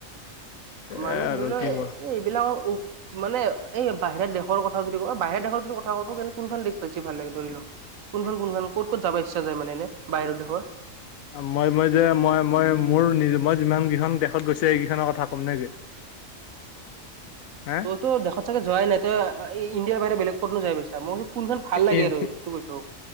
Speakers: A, on the left; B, on the right.
A: এ
B: মানে ধৰি
A: আৰু
B: লওক
A: কি কোৱা
B: এইবিলাক মানে এই বাহিৰা দেশৰ কথা যদি কয় বাহিৰা দেশৰ যদি কথা কওঁ কোনখন দেশ বেছি ভাল লাগে ধৰি
A: <inaudible>
B: ল? কোনখন কোনখন ক'ত ক'ত যাব ইচ্ছা যায় মানে এনে বাহিৰা দেশৰ?
A: মই মই যে মই মই মোৰ মই যিমান কেইখন দেশত গৈছো এইকেইখনৰ কথা ক'ম নেকি? হা
B: তইতো দেশত চাগে যোৱাই নাই, তই এই ইণ্ডিয়াৰ বাহিৰত বেলেগ কতনো যাই পাইছা, মই কৈছো কোনখন ভাল লাগে
A: ইন
B: আৰু সেটো কৈছো?